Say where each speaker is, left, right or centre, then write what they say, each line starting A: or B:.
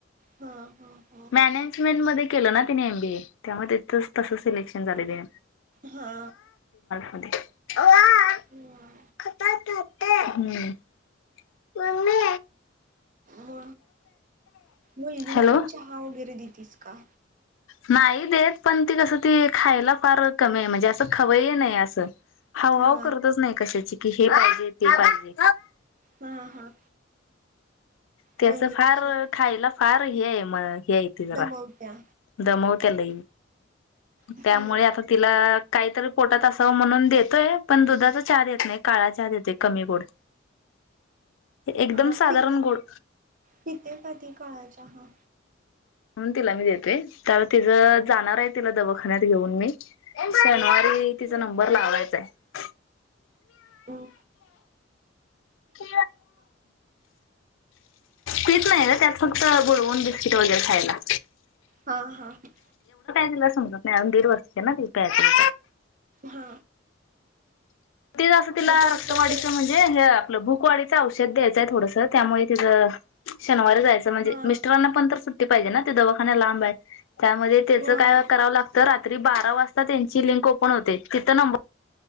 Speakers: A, on the right; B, on the left.
A: हा हा हा
B: मॅनेजमेंट मध्ये केल ना एमबी ए त्यामुळे ते तस सिलेक्शन झाले ते.
A: हा.
B: मध्ये <unintelligible>
A: <inaudible>
B: <unintelligible> हम्म. मम्मे
A: म मुलगीला
B: हॅलो
A: पण चहा वगैरे देतीस का?
B: नाही देत पण ती कसं ती खायला फार कमी आहे म्हणजे असं खवयी नाही असं. हाव
A: हा
B: हाव करतच नाही कशाची की हे पाहिजे ते पाहिजे.
A: हा हा
B: त्याच
A: म्हणजे
B: फार
A: कशी
B: खायला फार हे आहे म हे आहे ते जरा
A: दमवत्या
B: दमवत्या लई
A: हम्म
B: त्यामुळे आता तिला काहीतरी पोटात असावं म्हणून देतोय पण दुधाचा चहा देत नाही काळा चहा देतोय कमी गोड एकदम
A: हा
B: साधारण
A: पि
B: गोड
A: पिित कधी काळाच्या ह
B: म्हणून तिला मी देतोय त्या तिच जाणार आहे तिला दवाखान्यात घेऊन मी शनवार तिचा
A: हम्म
B: नंबर लावायचा आहे
A: तर
B: क कच नाही ग त्यात फक्त बडवून बिस्किट वगैरे खायला
A: हा हा ह
B: दिला समजत नाहीून दीड वर्षची ना्या
A: हा
B: तेचं तिला
A: मग तू
B: रक्तवाढीचं
A: असं ते
B: म्हणजे आप भूकवाडीचं औषध द्यायचंय थोडस त्यामुळे ति शनवारी जायचं म्हणजे
A: हा
B: मिस्रांना पण तर सुट्टी पाहिजे ना ते दवाखाना लांब आहे त्यामध्ये त्याचं
A: होय
B: काय करावं लागतं रात्री बारा वाजता त्यांची लिंक ओपन होते तिथं नंबर